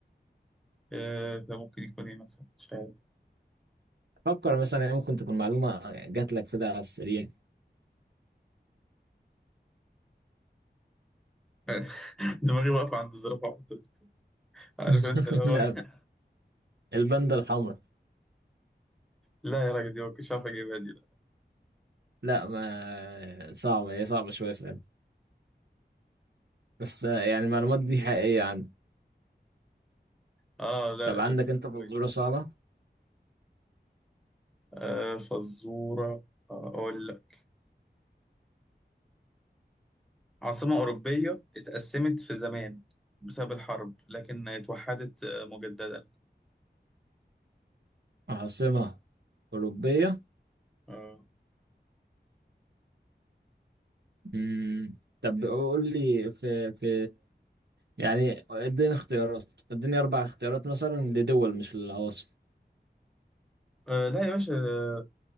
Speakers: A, in the centre; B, on the right.
A: آه ده ممكن يكون ايه مثلا مش عارف
B: فكر مثلا يعني ممكن تكون معلومة جات لك كده على السريع
A: <laughs> دماغي واقفة عند الزرافة على طول. عارف
B: <laughs>
A: انت اللي هو
B: لا
A: <laughs>
B: الباندا الحمراء
A: لا يا راجل دي ما كنتش عارف اجيبها دي لا
B: لا ما صعبة هي صعبة شوية فعلا بس آه، يعني المعلومات دي حقيقية عندي
A: اه لا
B: طب عندك انت فزورة
A: كويس
B: صعبة؟
A: آه فزورة آه اقول لك. عاصمة أوروبية اتقسمت في زمان بسبب الحرب لكن اتوحدت آه، مجددا
B: عاصمة أوروبية
A: آه.
B: مم. طب قول لي في في يعني اديني اختيارات اديني أربع اختيارات مثلا لدول مش للعواصم
A: آه لا يا باشا آه،